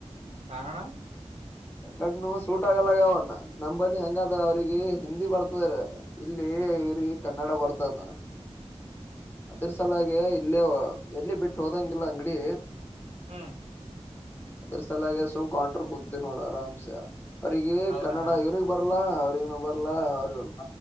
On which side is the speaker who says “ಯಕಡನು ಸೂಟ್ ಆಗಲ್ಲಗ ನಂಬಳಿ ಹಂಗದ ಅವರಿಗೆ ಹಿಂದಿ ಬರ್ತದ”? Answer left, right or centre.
Left